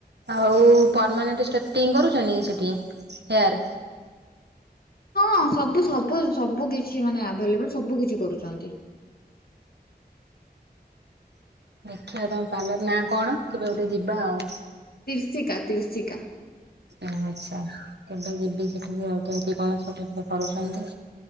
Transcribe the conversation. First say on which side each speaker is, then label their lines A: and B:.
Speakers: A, on the right; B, on the left.
A: ଆଉ ପରମାନେଣ୍ଟ ଷ୍ଟ୍ରେଟନିଂ କରୁଛନ୍ତି ସେଠି ହେୟାର୍?
B: ହଁ ସବୁ ସବୁ ସବୁ କିଛି ମାନେ ଆଭେଲେବଲ ସବୁ କିଛି କରୁଛନ୍ତି।
A: ଦେଖିବା ତମ ପାର୍ଲର ନାଁ କଣ କେବେ ଗୋଟେ ଯିବା ଆଉ
B: ତ୍ରିଶିକା ତ୍ରିଶିକା।
A: ଆଚ୍ଛା କେବେ ଯିବି ସେଠିକି ଆଉ କେମିତି କଣ ଛୋଟ କରୁଛନ୍ତି